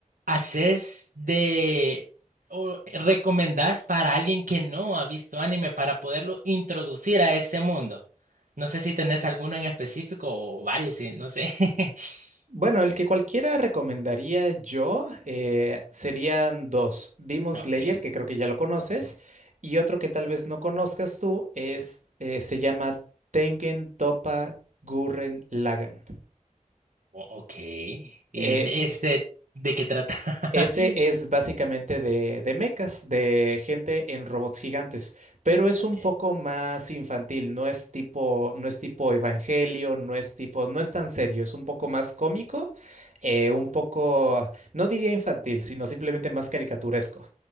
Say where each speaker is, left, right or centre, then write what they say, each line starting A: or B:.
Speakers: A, on the right (about 90°); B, on the right (about 60°).
A: haces de o recomendás para alguien que no ha visto anime para poderlo introducir a este mundo? No sé si tenés alguno en específico o varios, sí, no sé. <laughs>
B: Bueno, el que cualquiera recomendaría yo eh, serían dos, Demon
A: Okay,
B: Slayer, que creo que ya lo conoces, y otro que tal vez no conozcas tú es, eh, se llama Tengen Toppa Gurren Lagann.
A: o- ok. ¿Y
B: Eh,
A: de ese de qué trata? <laughs>
B: Ese es básicamente de, de mechas, de gente en robots gigantes, pero es
A: Ok.
B: un poco más infantil, no es tipo, no es tipo Evangelio, no es tipo, no es tan serio, es un poco más cómico, eh, un poco, no diría infantil, sino simplemente más caricaturesco.